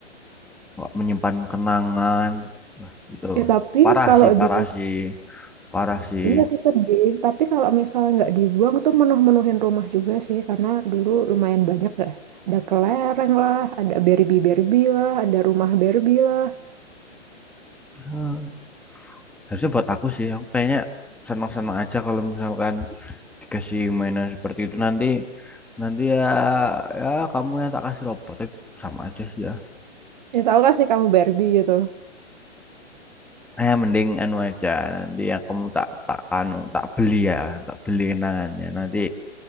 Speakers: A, in the centre; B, on the right (about 40°).
A: nggak menyimpan kenangan gitu.
B: Ya, tapi
A: Parah
B: kalau
A: sih, parah
B: di
A: sih, parah sih.
B: iya sih sedih. Tapi kalau misalnya nggak dibuang tuh menuh-menuhin rumah juga sih, karena dulu lumayan banyak dah. Ada kelereng lah, ada Barbie Barbie lah, ada rumah Barbie lah.
A: Hmm, Harusnya buat aku sih, aku kayaknya senang-senang aja kalau misalkan dikasih mainan seperti itu nanti nanti ya ya kamu yang tak kasih robot tapi sama aja sih ya.
B: Ya tau gak sih kamu Barbie gitu.
A: Eh mending anu aja nanti yang kamu tak tak anu tak beli ya, tak beli kenangannya. Nanti